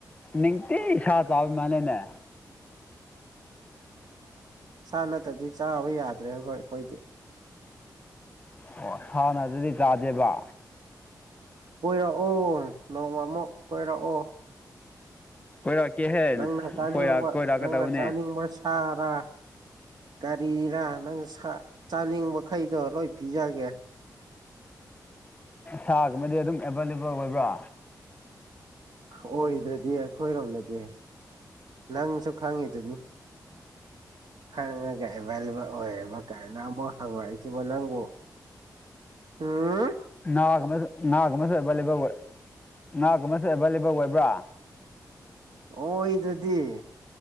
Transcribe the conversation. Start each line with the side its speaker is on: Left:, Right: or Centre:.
Left: ꯅꯤꯡꯇꯤ ꯁꯥ ꯆꯥꯕꯃꯅꯦꯅꯦ
Right: ꯁꯥ ꯅꯠꯇ꯭ꯔꯗꯤ ꯆꯥꯕ ꯌꯥꯗ꯭ꯔꯦꯈꯣꯏ ꯑꯩꯈꯣꯏꯗꯤ
Left: ꯑꯣ ꯁꯥꯥꯟꯅ ꯑꯗꯨꯗꯤ ꯇꯥꯗꯦꯕ
Right: ꯀꯣꯏꯔꯛꯑꯣ ꯅꯣꯡꯃ ꯑꯃꯨꯛ ꯀꯣꯏꯔꯛꯑꯣ
Left: ꯀꯣꯏꯔꯛꯀꯦꯍꯦ
Right: ꯅꯪꯅ ꯆꯥꯅꯤꯡꯕ
Left: ꯀꯣꯏꯔꯛꯀꯗꯧꯕꯅꯦ
Right: ꯅꯪꯅ ꯆꯥꯅꯤꯡꯕ ꯁꯥꯔ ꯒꯥꯔꯤꯔꯥ ꯅꯪ ꯆꯥꯅꯤꯡꯕ ꯃꯈꯩꯗꯣ ꯂꯣꯏ ꯄꯤꯖꯒꯦ
Left: ꯁꯥꯒꯨꯝꯃꯗꯤ ꯑꯗꯨꯝ ꯑꯦꯚꯏꯂꯦꯕꯜ ꯑꯣꯏꯕ꯭ꯔꯥ
Right: ꯑꯣꯏꯗ꯭ꯔꯗꯤ ꯑꯩꯈꯣꯏꯔꯣꯝꯗꯗꯤ ꯅꯪꯁꯨ ꯈꯪꯉꯤꯗꯨꯅꯤ ꯈꯪꯉꯒ ꯑꯦꯚꯥꯏꯂꯦꯕꯜ ꯑꯣꯏꯌꯦꯕ ꯀꯅ ꯑꯃꯨꯛ ꯍꯪꯉꯛꯏꯁꯤꯕ ꯅꯪꯕꯨ ꯍꯥꯥ
Left: ꯅꯥꯒꯃꯦ ꯅꯅꯥꯒ ꯃꯁ ꯂꯦ ꯕ ꯉꯥꯒꯨꯝꯕꯁꯨ ꯑꯦꯚꯏꯂꯦꯕꯜ ꯑꯣꯏꯕ꯭ꯔꯥ
Right: ꯑꯣꯏꯗ꯭ꯔꯗꯤ